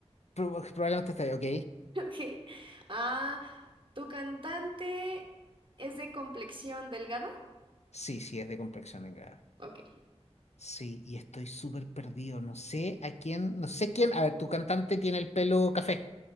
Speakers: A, on the left; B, on the right.
A: Pro- probablemente está viva, ok.
B: Ok. Ah, ¿tu cantante es de complexión delgada?
A: Sí, sí, es de complexión delgada.
B: Ok.
A: Sí, y estoy súper perdido. No sé a quién, no sé quién. A ver, tu cantante tiene el pelo café.